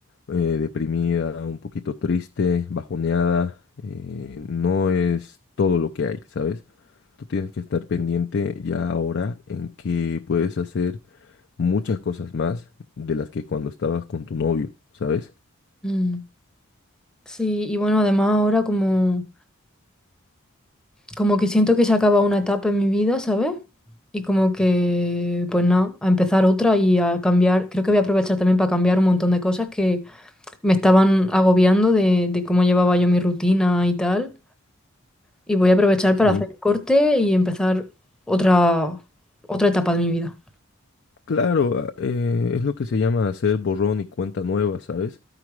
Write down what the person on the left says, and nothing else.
eh, deprimida, un poquito triste, bajoneada, eh, no es todo lo que hay, ¿sabes? Tú tienes que estar pendiente ya ahora en que puedes hacer muchas cosas más de las que cuando estabas con tu novio, ¿sabes?
Sí,
Claro, a- eh, es lo que se llama hacer borrón y cuenta nueva, ¿sabes?